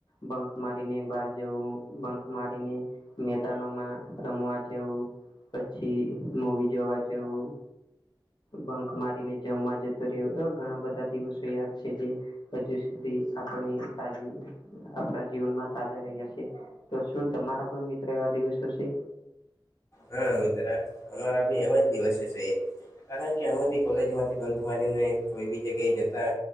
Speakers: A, on the left; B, on the left.
A: બંક મારીને બહાર જવું બંક મારીને મેદાનોમાં રમવા જવું પછી મુવી જોવા જવું બંક મારીને જમવા જતો રહ્યો એવા ઘણા બધા દિવસો યાદ છે જે હજુ સુધી આપણા જીવનમાં તાજા રહ્યા છે તો શું તમારા પણ મિત્ર વા દિવસશે
B: હા મિત્ર અમારા ભી એવા જ દિવસે હ છે, એ કારણ કે, અમે બી કોલેજમાંથી બંક મારીને કોઈ બી જગ્યાએ, જતા